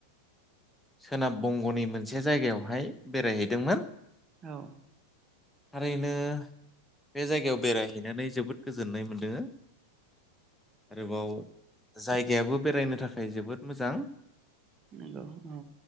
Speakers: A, in the centre; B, on the right (about 25°).
A: सोनाब बंग'नि मोनसे जायगायावहाय बेरायहैदोंमोन।
B: औ
A: थारैनो बे जायगायाव बेरायहैनानै जोबोद गोजोननाय मोनदों आरोबाव जायगायाबो बेरायनो थाखाय जोबोद मोजां।
B: नोंगौ औ